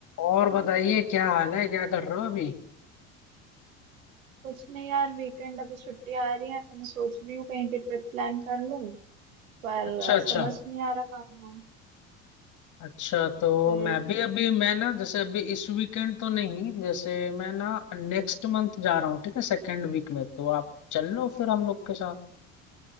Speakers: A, on the left (about 45°); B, on the right (about 85°).
A: और बताइए क्या हाल है क्या कर रहे हो अभी
B: कुछ नहीं यार वीकेंड अभी छुट्टी आ रही है तो मैं सोच रही हूँ कहीं की ट्रिप प्लान कर लूँ पर
A: अच्छा
B: अ,
A: अच्छा
B: समझ नहीं आ रहा कहाँ
A: अच्छा तो
B: है अरे
A: मैं भी अभी मैं ना जैसे अभी इस वीकेंड तो नहीं जैसे मैं ना नेक्स्ट मंथ जा रहा हूँ ठीक है सेकेंड वीक में तो आप चल लो फिर हम लोग के साथ